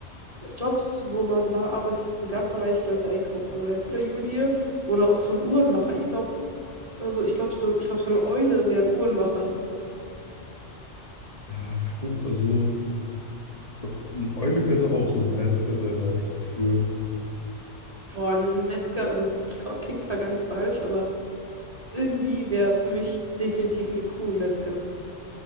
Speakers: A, on the right; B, on the left.
A: Jobs, wo man da arbeitet, wo ganz reiche Leute einkaufen. Also entweder Juwelier oder auch so ein Uhrenmacher. Ich glaube, also ich glaube, so, ich glaub, so eine Eule wäre ein Uhrenmacher.
B: Ja, stimmt. Also eine eine Eule könnte aber auch so ein Metzger sein, habe ich das Gefühl.
A: Boah, ein Metzger, also das ist zwar, klingt zwar ganz falsch, aber irgendwie wäre für mich definitiv eine Kuh ein Metzger.